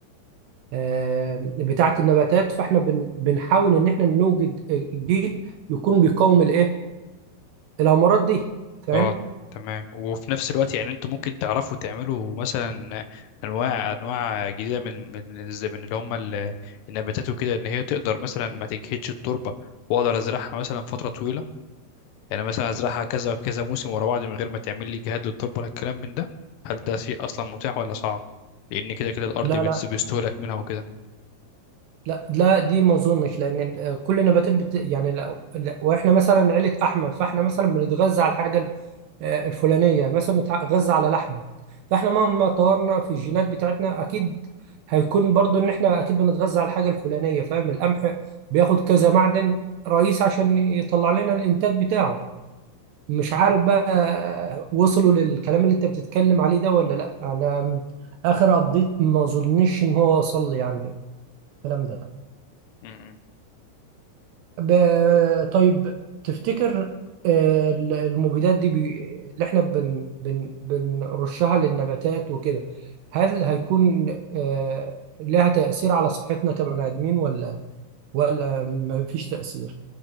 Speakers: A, on the right; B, on the left.
A: آه، بتاعة النباتات فاحنا بن- بنحاول ان احنا نوجد جيل يكون بيقاوم الايه الامراض دي فاهم
B: اه تمام وفي نفس الوقت يعني انتوا ممكن تعرفوا تعملوا مثلا انواع انواع جديده من من الز- من اللي هم ال- النباتات وكده ان هي تقدر مثلا ما تجهدش التربه واقدر ازرعها مثلا فتره طويله يعني مثلا ازرعها كذا كذا موسم ورا بعض من غير ما تعمل لي جهاد للتربه ولا الكلام من ده هل ده شيء اصلا متاح ولا صعب لان كده كده الارض
A: لا
B: بتس-
A: لا
B: بيستهلك منها وكده
A: لا لا دي ما اظنش لان ال- كل النباتات بت... يعني لا... لا... واحنا مثلا عيلة احمد فاحنا مثلا بنتغذى على الحاجة ال- آه، الفلانية مثلا بنتغذى على لحم فاحنا مهما طورنا في الجينات بتاعتنا اكيد هيكون برضو ان احنا اكيد بنتغذى على الحاجة الفلانية فاهم القمح بياخد كذا معدن رئيس عشان يطلع لنا الانتاج بتاعه مش عارف بقى وصلوا للكلام اللي انت بتتكلم عليه ده ولا لا انا اخر ابديت ما اظنش ان هو وصل لي يعني الكلام ده
B: تمام
A: ب- طيب تفتكر آه، ال- المبيدات دي بي... اللي احنا بن... بن... بنرشها للنباتات وكده هل هيكون آه، لها تأثير على صحتنا كبني آدمين ولا ولا ما فيش تأثير